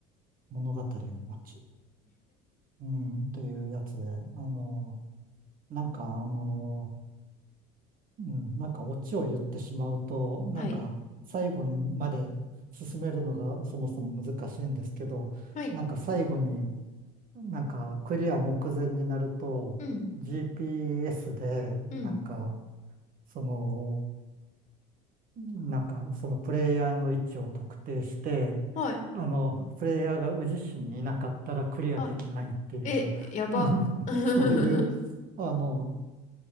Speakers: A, on the right (about 45°); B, on the left (about 40°).
A: 物語の街、うん、というやつで、あの、なんか、あの、うん、なんかオチを言ってしまうと、なんか、
B: はい。
A: 最後まで進めるのがそもそも難しいんですけど、
B: はい。
A: なんか最後に、なんか、クリア目前になると、
B: うん。
A: GPS で、
B: うん。
A: なんか、その、なんか、そのプレイヤーの位置を特定して、
B: はい。
A: あの、プレイヤーが宇治市にいなかったらクリアできないっていう、
B: はい。え、やば。
A: なんか、
B: <laughs>
A: そういう、あの、